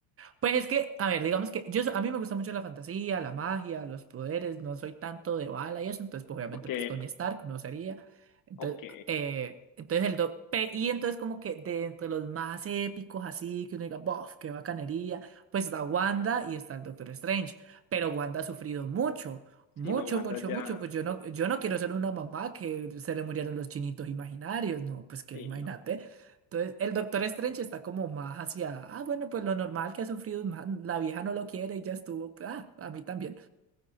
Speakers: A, on the right (about 35°); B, on the left (about 55°).
A: Pues es que, a ver, digamos que yo so- a mí me gusta mucho la fantasía, la magia, los poderes, no soy tanto de bala y eso, entonces pues, obviamente
B: Ok,
A: pues Tony Stark no sería. Entonces,
B: ok.
A: eh, entonces el do- pe- y entonces como que de entre los más épicos así, que uno diga, "Bof, qué bacanería", pues está Wanda y está el Doctor Strange, pero Wanda ha sufrido mucho, mucho,
B: Si no, Wanda
A: mucho,
B: ya.
A: mucho, pues yo no yo no quiero ser una mamá que se le murieron los chinitos imaginarios, no, pues que
B: Sí,
A: imagínate.
B: no.
A: Entonces, el Doctor Strange está como más hacia, ah, bueno, pues lo normal que ha sufrido un man, la vieja no lo quiere y ya estuvo, pues, ah, a mí también.